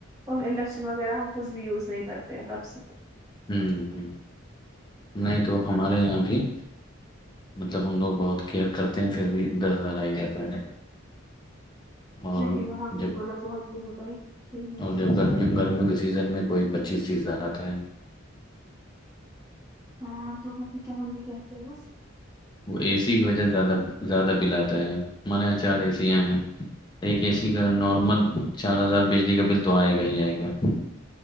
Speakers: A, on the right; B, on the left.
A: اور انڈکشن وغیرہ ہم کچھ بھی یوز نہیں کرتے ہیں تب سے-
B: ہوں ہ نہیں تو ہمارے یہاں ابھی- مطلب ہم لوگ بہت کیئر کرتے ہیں پھر بھی دس ہزار آ ہی جاتا ہے- اور
A: نہیں وہاں مطلب
B: جب
A: بہت لوگ ہوتا-
B: اور جب گرمیوں گرمیوں کے سیزن میں کوئی پچیس چیزہ آتا ہے-
A: ہاں تو وہ بھی تو ہم بھی کیاس
B: وہ اے سی کی وجہ سے زیادہ زیادہ بل آتا ہے ہمارے یہاں چار اے سیاں ہیں- ایک اے سی کا نارمل چار ہزار بجلی کا بل تو آئے گا ہی آئے گا-